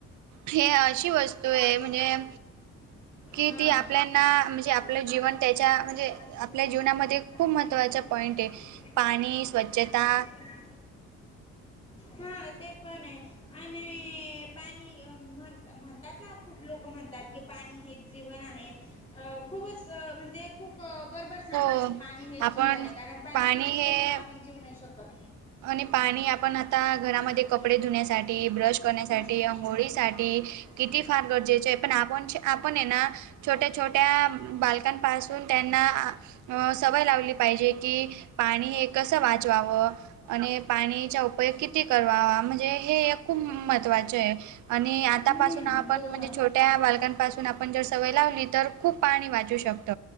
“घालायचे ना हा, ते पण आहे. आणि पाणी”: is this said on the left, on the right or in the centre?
Left